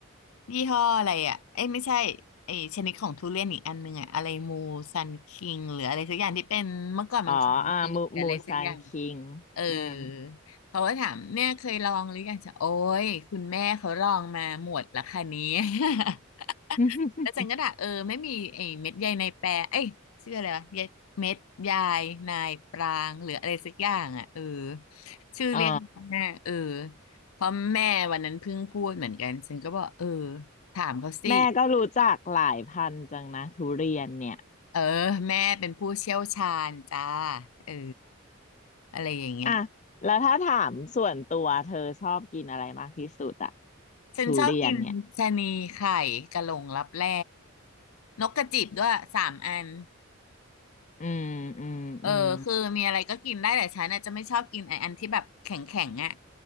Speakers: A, on the left (about 85°); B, on the left (about 35°).
A: ยี่ห้ออะไรอ่ะเอ้ยไม่ใช่ไอ้ชนิดของทุเรียนอีกอันหนึงอ่ะอะไรมูซันคิงหรืออะไรสักอย่างที่เป็นเมื่อก่อนมันของเมืองหรืออะไรสักอย่าง
B: อ๋ออ่ามูมูซานคิง
A: เออ
B: อืม
A: เขาก็ถามเนี่ยเคยลองหรือยังจะโอ้ยคุณแม่เขาลองมาหมดละค่ะเนี้ <laughs>
B: <laughs>
A: แล้วจันก็ด่าเออไม่มีไอ้เม็ดใยในแปรเอ้ยชื่ออะไรวะเยเม็ดใยนายปรางหรืออะไรสักอย่างอ่ะเออชื่อเรียกแม่เออ
B: อ๋อ
A: เพราะแม่วันนั้นเพิ่งพูดเหมือนกันฉันก็บอกเออถามเขาสิ
B: แม่ก็รู้จักหลายพันธุ์จังนะทุเรียนเนี่ย
A: เออแม่เป็นผู้เชี่ยวชาญจ้าเอออะไรอย่างเงี้ย
B: อ่ะแล้วถ้าถามส่วนตัวเธอชอบกินอะไรมากที่สุดอะ
A: ฉันชอบกินชะนีไข่กะหลงลับแล
B: ทุเรียนเนี่ย
A: นกกระจิบด้วยสามอัน
B: อืมอืมอืม
A: เออคือมีอะไรก็กินได้แต่ฉันน่ะจะไม่ชอบกินไอ้อันที่แบบแข็งแข็งอ่ะ